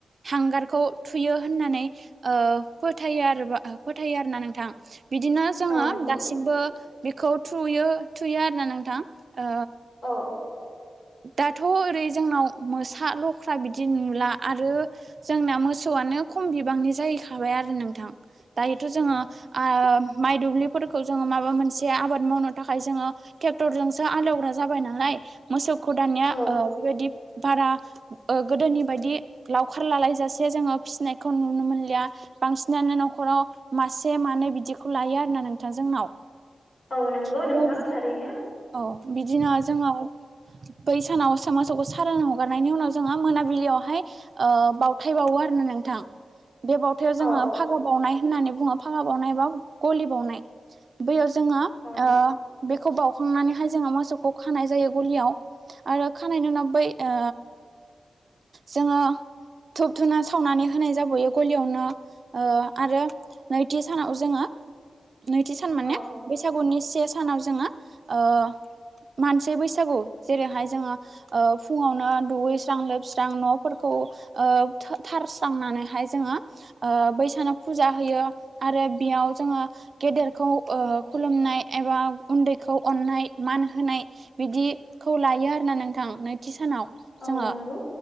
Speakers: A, on the right; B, on the left.
A: हांगारखौ थुयो होननानै ओ फोथाय आरो फोथायो आरोना नोंथां बिदिनो जोङो
B: औ नंगौ
A: दासिमबो बेखौ थुयो थुयो आरोना नोंथां ओ
B: औ
A: दाथ' ओरै जोंनाव मोसा लख्रा बिदि नुला आरो जोंना मोसौआनो नो खम बिबांनि जाहैखाबाय आरो नोंथां दायोथ' जोङो ओ माइ दुब्लिफोरखौ जोङो माबा मोनसे आबाद मावनो थाखाय जोङो ट्रेक्टरजोंसो हाल एवग्रा जाबाय नालाय मोसौखौ दानिया
B: औ
A: बेबायदि बारा ओ गोदोनि बायदि लावखार लालायजासे जोङो फिसिनायखौ नुनो मोनलिया बांसिनानो न'खराव मासे मानै बिदिखौ लायो आरोना नोंथां जोंनाव
B: औ नंगौ
A: आरो
B: नोंथां
A: बिदि
B: थारै
A: औ बिदिनो जोङो बै सानाव सोमाव मोसौखौ सारोन हगारनायनि उनाव जोंहा मोनाबिलियावहाय बावथाय बावो आरोना नोंथां बे बावथायाव जोङो
B: औ
A: फागा बावनाय होननानै बुङो फागा बावनाय बा गलि बावनाय बैयाव जोङो
B: औ
A: ओ बेखौ बाउखांनानैहाय जोङो मोसौखौ खानाय जायो गलियाव आरो खानायनि उनाव बै ओ जोङो धुब धुना सावनानै होनाय जाबोयो गलियावनो ओ आरो नैथि सानाव जोङो
B: <inaudible>
A: नैथि सान माने
B: औ
A: बैसागुनि से सानाव जोङो ओ मानसि बैसागु जेरैहाय जोङो ओ फुङावनो दुगैस्रां लोब स्रां न'फोरखौ ओ थारस्रांनानैहाय जोङो ओ बै सानाव फुजा हो होयो आरो बेयाव जोङो गेदेरखौ ओ खुलुमनाय एबा उन्दैखौ अन नाय मान होनाय बिदिखौ लायो आरोना नोंथां नैथि सानाव
B: औ
A: जोङो
B: नंगौ